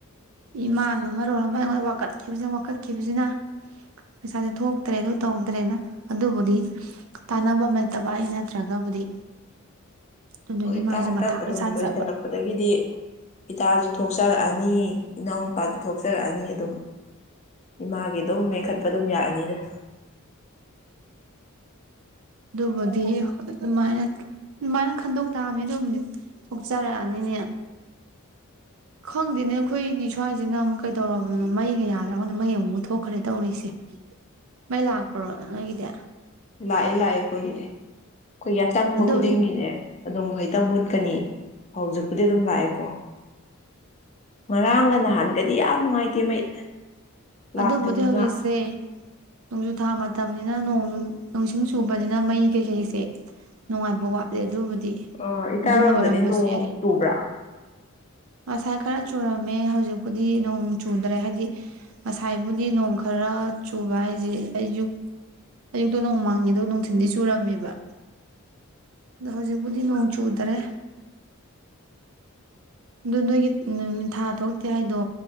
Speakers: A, on the right (about 70°); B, on the left (about 30°).
A: ꯏꯃꯥꯅ ꯃꯔꯣꯜ ꯑꯃ ꯑꯩꯉꯣꯟꯗ ꯋꯥꯀꯠꯈꯤꯕꯁꯤꯅ ꯋꯥꯀꯠꯈꯤꯕꯁꯤꯅ ꯄꯩꯁꯥꯁꯦ ꯊꯣꯛꯇ꯭ꯔꯦ ꯑꯗꯨ ꯇꯧꯗ꯭ꯔꯦꯅ ꯑꯗꯨꯕꯨꯗꯤ ꯇꯥꯟꯅꯕꯝ ꯂꯩꯇꯕ ꯑꯩ ꯅꯠꯇ꯭ꯔꯒꯕꯨꯗꯤ ꯑꯗꯨꯗꯨꯒꯤ
B: ꯍꯣꯏ ꯏꯇꯥ
A: ꯃꯥꯁꯨ
B: ꯍꯟꯇꯛ
A: ꯃꯊꯥꯗ
B: ꯑꯗꯨꯝ
A: ꯁꯥꯖꯕ
B: ꯂꯣꯏꯁꯤꯜꯂꯛꯄꯗꯒꯤꯗꯤ ꯏꯇꯥꯁꯨ ꯊꯣꯛ ꯊꯣꯛꯆꯔꯛꯑꯅꯤ ꯏꯅꯥꯎ ꯅꯨꯨꯄꯥꯗ ꯊꯣꯛꯆꯔꯛꯑꯅꯤ ꯑꯗꯨꯝ ꯏꯃꯥꯒꯤ ꯑꯗꯨꯝ ꯃꯦꯟꯈꯠꯄ ꯑꯗꯨꯝ ꯌꯥꯑꯅꯤꯗ
A: ꯑꯗꯨꯕꯨꯗꯤ ꯑꯗꯨꯃꯥꯏꯅ ꯑꯗꯨꯃꯥꯏꯅ ꯈꯟꯗꯣꯛ ꯇꯥꯑꯅꯤ ꯑꯗꯨꯕꯨꯗꯤ ꯄꯣꯛꯆꯔꯛꯑꯅꯤꯅꯦ ꯈꯪꯗꯦꯅꯦ ꯑꯩꯈꯣꯏꯒꯤ ꯁ꯭ꯋꯥꯏꯁꯤꯅ ꯑꯃꯨꯛ ꯀꯩꯗꯧꯔꯕꯅꯣ ꯃꯩꯒ ꯌꯥꯗ꯭ꯔꯒꯅ ꯃꯩ ꯑꯃꯨꯛ ꯄꯨꯊꯣꯛꯈ꯭ꯔꯦ ꯇꯧꯔꯤꯁꯦ ꯃꯩ ꯂꯥꯛꯄ꯭ꯔꯣ ꯅꯣꯏꯒꯤꯗꯤ
B: ꯂꯥꯛꯑꯦ ꯂꯥꯛꯑꯦ ꯑꯩꯈꯣꯏꯒꯤꯗꯤ ꯑꯩꯈꯣꯏ ꯌꯥꯇꯪꯕ
A: ꯑꯗꯨ
B: ꯈꯨꯗꯤꯡꯒꯤꯅꯦ ꯑꯗꯨꯝ ꯍꯦꯛꯇ ꯃꯨꯠꯀꯅꯤ ꯍꯧꯖꯤꯛꯄꯨꯗꯤ ꯑꯗꯨꯝ ꯂꯥꯛꯑꯦꯀꯣ ꯉꯔꯥꯡꯒ ꯅꯍꯥꯟꯒꯗꯤ ꯌꯥꯝ ꯅꯨꯡꯉꯥꯏꯇꯦ ꯃꯩ ꯂꯥꯛꯇꯗꯅ
A: ꯑꯗꯨꯕꯨꯗꯤ ꯍꯧꯖꯤꯛꯁꯦ ꯅꯣꯡꯖꯨ ꯊꯥ ꯃꯇꯝꯅꯤꯅ ꯅꯣꯡꯖꯨ ꯅꯣꯡꯁꯤꯡ ꯆꯨꯕꯅꯤꯅ ꯃꯩ ꯀꯩꯀꯩꯁꯦ ꯅꯨꯡꯉꯥꯏꯕ ꯋꯥꯠꯂꯦ ꯑꯗꯨꯕꯨꯗꯤ
B: ꯑ ꯏꯀꯥꯏꯔꯣꯝꯗꯗꯤ
A: ꯑꯗꯨꯅ ꯑꯣꯏꯔꯝꯕꯁꯨ
B: ꯅꯣꯡ
A: ꯌꯥꯏ
B: ꯇꯨꯕ꯭ꯔꯥ
A: ꯉꯁꯥꯏ ꯈꯔ ꯆꯨꯔꯝꯃꯦ ꯍꯧꯖꯤꯛꯄꯨꯗꯤ ꯅꯣꯡ ꯆꯨꯗ꯭ꯔꯦ ꯍꯥꯏꯗꯤ ꯉꯁꯥꯏꯕꯨꯗꯤ ꯅꯣꯡ ꯈꯔ ꯆꯨꯕ ꯍꯥꯏꯁꯦ ꯑꯌꯨꯛ ꯑꯌꯨꯛꯇ ꯅꯣꯡ ꯃꯪꯉꯦꯗ ꯅꯨꯡꯊꯤꯟꯗꯤ ꯆꯨꯔꯝꯃꯦꯕ ꯑꯗꯣ ꯍꯧꯖꯤꯛꯄꯨꯗꯤ ꯅꯣꯡ ꯆꯨꯗ꯭ꯔꯦ ꯑꯗꯨ ꯅꯣꯏꯒꯤ ꯅꯨꯃꯤ ꯊꯥ ꯊꯣꯛꯇꯦ ꯍꯥꯏꯗꯣ